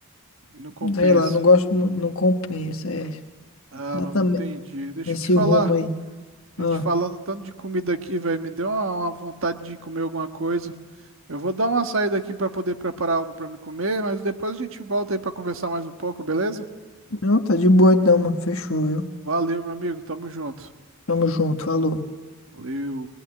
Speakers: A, on the right (about 60°); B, on the left (about 65°).
A: Não compensa.
B: Sei lá, não gosto, mu- não compensa, é.
A: Ah,
B: Dá
A: mano, entendi. Deixa
B: nesse
A: eu te falar.
B: rumo aí.
A: A
B: Ah,
A: gente falando tanto de comida aqui, velho, me deu uma, uma vontade de comer alguma coisa. Eu vou dar uma saída aqui para poder preparar algo para me comer, mas depois a gente volta aí para conversar mais um pouco, beleza?
B: não, tá de boa então, mano. Fechou, viu?
A: Valeu, meu amigo. Tamo junto.
B: Tamo junto, falou.
A: Valeu.